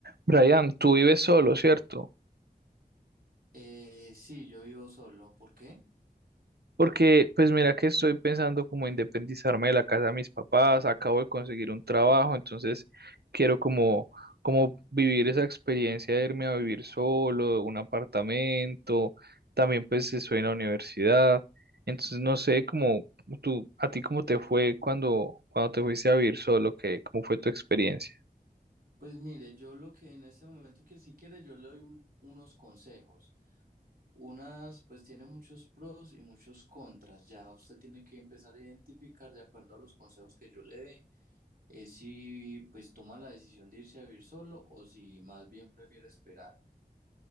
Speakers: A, on the right; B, on the right.
A: Brian, tú vives solo, ¿cierto?
B: Eh, sí, yo vivo solo. ¿Por qué?
A: Porque, pues mira que estoy pensando como independizarme de la casa de mis papás, acabo de conseguir un trabajo, entonces quiero como, como vivir esa experiencia de irme a vivir solo, un apartamento, también pues estoy en la universidad, entonces no sé cómo tú, a ti cómo te fue cuando, cuando te fuiste a vivir solo, que, cómo fue tu experiencia.
B: Pues mire, yo lo que en este momento que si quiere, yo le doy un- unos consejos. Unas, pues tiene muchos pros y muchos contras. Ya usted tiene que empezar a identificar de acuerdo a los consejos que yo le dé, eh, si pues toma la decisión de irse a vivir solo o si más bien prefiere esperar.